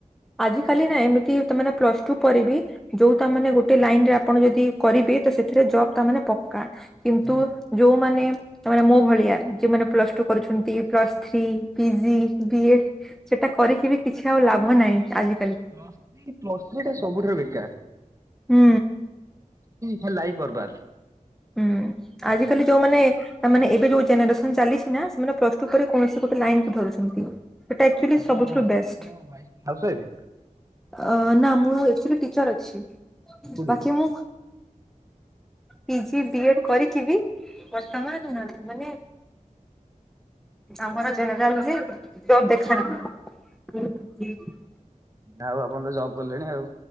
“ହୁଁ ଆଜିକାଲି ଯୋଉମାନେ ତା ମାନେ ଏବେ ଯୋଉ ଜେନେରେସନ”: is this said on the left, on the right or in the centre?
Centre